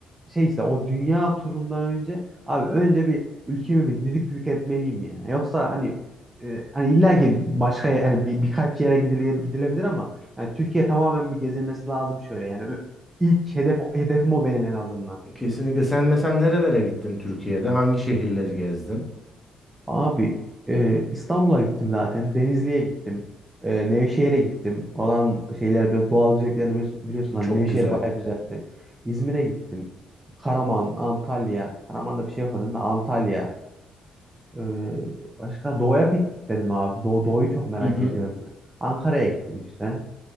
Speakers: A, on the right (about 20°); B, in the centre.
A: şey işte o dünya turundan önce abi önce bir ülkemi bir didik didik etmeliyim ya. Yoksa hani e, hani illa ki başka ye- hani bir, birkaç yere gidile- gidilebilir ama yani Türkiye tamamen bir gezilmesi lazım şöyle. Yani ö- ilk hedef hedefim o benim en azından.
B: Kesinlikle. Sen mesela nerelere gittin Türkiye'de? Hangi şehirleri gezdin?
A: Abi e, İstanbul'a gittim zaten. Denizli'ye gittim. E, Nevşehir'e gittim. Oraların şeyler biraz doğal güzelliklerini biliyorsun, biliyorsun hani
B: Çok
A: Nevşehir
B: güzel.
A: baya güzeldi. İzmir'e gittim. Karaman, Antalya. Karaman'da bir şey yok zaten de Antalya. E, başka doğuya pek gitmedim abi. Doğu, doğuyu çok merak
B: Hı hı.
A: ediyorum ben. Ankara'ya gittim işte.